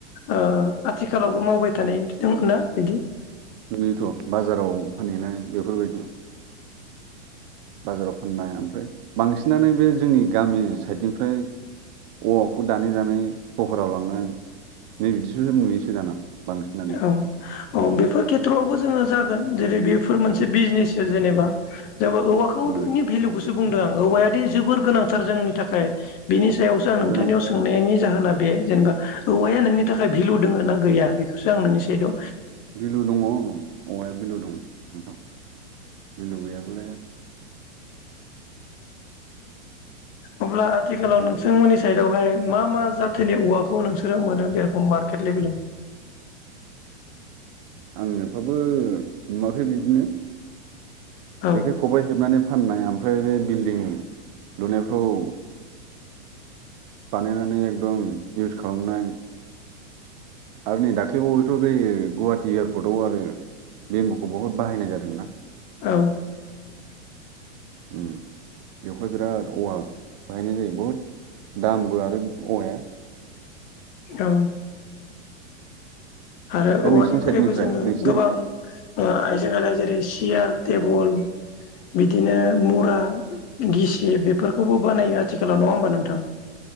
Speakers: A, on the left; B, on the right.
A: ओ आथिखालावबो मावबाय थानाय दों ना बिदि
B: बिनोथ' बाजाराव फानहैनानै बेफोरबायदि बाजाराव फाननाय ओमफ्राय बांसिनानो बे जोंनि गामि साइडनिफ्राय औवाखौ दानै दानै फहराव लांनाय नै बिदिसोस नुययोसो दाना बांसिनानो
A: औ औ बेफोर खेथ्रआवबो जोङो जागोन जेरै बेफोर मोनसे बिजनेस जेनेबा जोंबो औवाखौ
B: उम
A: धोननि भेलुखौसो बुंदों आं औवायादि जोबोर गोनांथार जोंनि थाखाय बिनि सायावसो आं नोंथांनियाव
B: गोनांथ'
A: सोंनायनि
B: आरो
A: जाहोना बे जेनेबा औवाया नोंनि थाखाय भेलु दोङो ना गैया बेखौसो आं नोंनि सायादाव
B: बिलु दङ औवाया बिलु नोंथां भेलु गैयाबालाय
A: अब्ला आथिखालाव नोंसोरमोननि साइडावहाय मा मा जाथोनि औवाखौ नोंसोरो मोनो बे रखम मारकेट बेलग बेलेग
B: <inaudible> आं इफाबो नुवाखै बिदिनो
A: औ
B: जेखाइ खबाइ हेबनानै फाननाय आ ओमफ्राय बे बिल्डिं लुनायफ्राव बानायनानै एकदम इउस खालामनाय आरो नै दाख्लैबावैथ' बै गुवाहाटि एयारपर्टआव आरो बेम'बुखौ बहुद बाहायनाय जादोंना
A: औ
B: उम बेवहाय बिराद औवा बाहायनाय जायो बहुद दामबो आरो औवाया
A: औ आरो
B: दा
A: औवानिफ्रायबो
B: नोंसिनि साइडनिफ्राय
A: जोङो
B: नोंसिनि
A: गोबां ओ आइजें आइाया जेरै सियार टेबोल बिदिनो मुरा गिसि बेफोरखौबो बानायो आथिखालाव नङा होमबा नोंथां